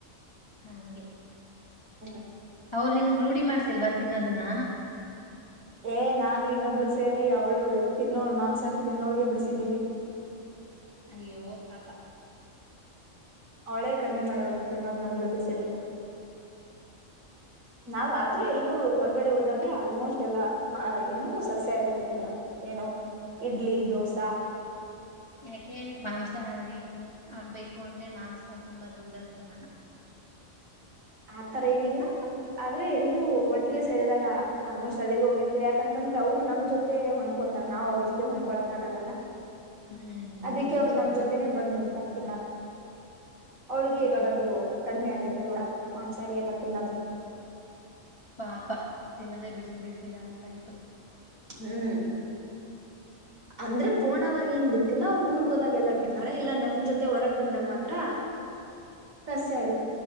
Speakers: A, on the left (about 25°); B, on the right (about 65°).
A: ಹಗೆ
B: ಹೌದ
A: ಅವರು ನಿನ್ಗ್ ರೂಢಿ ಮಾಡ್ಸಿಲ್ವಾ ತಿನ್ನೋದನ್ನ
B: ಏ್ ನಾನು ಇನ್ನೊಬ್ಳು ಸೇರಿ ಅವ್ಳು ತಿನ್ನೋಳ್ ಮಾಂಸಾರಿ ತಿನ್ನೋಳ್ಗೆ ಬಿಡಿಸಿದ್ದೀವಿ
A: ಅಯ್ಯೋ ಪಪಾ
B: ಅವಳೇ ಕಡಿಮೆ ಮಾಡೋವಳೆ ತಿನ್ನೋದ ನಮ ಜೊತೆ ಸೇರಿ ನಾವ ಆದ್ರೂ ಎಲ್ರುೂ ಹೊರ್ ಹೊಗಡೆ ಹೋದಾಗ್ ಆಲ್ಮೋಸ್ಟ್ ಎಲ್ಲಾ ಏನು ಸಸ್ಯಾರನ ತಿನ ಅದು ಏನು ಇಡ್ಲಿ ದೋಸಾ
A: ಯಾಕೆ ಮಾಂಸಾಹಾರಿೀತನ್ ಆಗ್ಬೇಕು ಅಂದ್ರೆ ಮಾಂಸ ತುಂಬಾ ದುಡ್ಡ ಅಂತನ
B: ಆತರ ಏನಿಲ್ಲ ಆದ್ರೆ ಎಲ್ರುೂ ಒಟ್ಟಿಗೆ ಸೇರಿದಾಗ ಆಲ್ಮೋಸ್ಟ್ ಅಲ್ಲಿಗೆ ಹೋಗಿರ್ತಿೀವಿ ಯಾಕಂತಂದ್ರೆ ಅವ್ರು ನಮ್ ಜೊತೆ ಹೊಂದ್ಕೋತಾರ ನಾವ್ ಅವ್ರ ಜೊತೆ ಹೊಂದ್ಕೊಳಕ್ ಆಗಲ್ಲಾ
A: ಹ್ಮ್
B: ಅದಕ್ಕೆ
A: ಅದು ನಿಜಾನೇ
B: ಅವ್ರು ನಮ ಜೊತೆನೆೇ ಬಂದ್ಬಿಡ್ತಾರೆ ತಿ ಅವಳಿಗೆ
A: ಹ್ಮ್
B: ಇವಾಗ ಅದು ಕಡಿಮೆ ಆಗೈ ಎೋಡ ಮಾಂಸಾರಿ ಅ ತುನ್ನ
A: ಪಾಪ ತಿನ್ನದೇ ಬಿಡಸ ಬಿಡ್ತೀರಾ ಅಂತಯ್ತು
B: ಹ್ಮ್ ಅಂದ್ರೆ ಪೂರ್ಣವಾಗಿ ಏನ್ ಬಿಟ್ಟಿಲ್ಲ ಅವ್ರ ಊರ್ಗ್ ಹೋದಾಗ ಎಲ್ಲ ತಿಿಂದತಾಳೆ ಇಲ್ಲ ನಮ ಜೊತೆ ಹೊರಗ್ ಬಂದಾಗ ಮಾತ್ರ ಸಸ್ಯ ಆತಿ